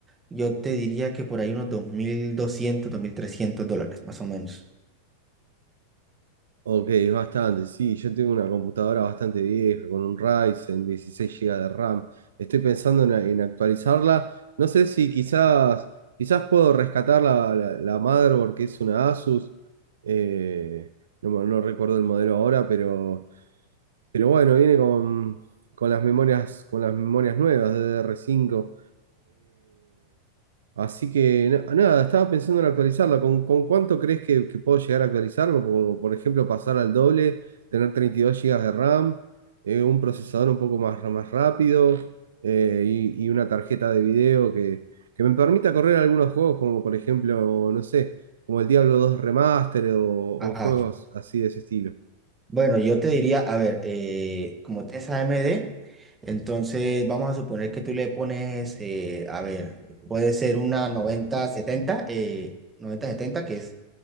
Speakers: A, on the right (about 15°); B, on the right (about 65°).
A: yo te diría que por ahí unos dos dos mil doscientos dos mil trescientos dólares más o menos.
B: Ok, es bastante, sí, yo tengo una computadora bastante vieja con un Ryzen, 16 GB de RAM. Estoy pensando en, en actualizarla. No sé si quizás, quizás puedo rescatar la, la, la motherboard que es una Asus. eh, no, me- no recuerdo el modelo ahora, pero, pero bueno, viene con, con las memorias, con las memorias nuevas de D D r 5 Así que na- nada, estaba pensando en actualizarla. ¿Con, con cuánto crees que, que puedo llegar a actualizarlo? Como por ejemplo pasar al doble, tener 32 gigas de RAM, eh, un procesador un poco más, más rápido eh, y, y una tarjeta de video que, que me permita correr algunos juegos como por ejemplo, no sé, como el Diablo 2 Remaster o, o
A: Ajá.
B: juegos así de ese estilo.
A: Bueno, yo te diría, a ver, eh, como tienes AMD, entonces vamos a suponer que tú le pones, eh, a ver, puede ser una noventa setenta eh, noventa setenta que es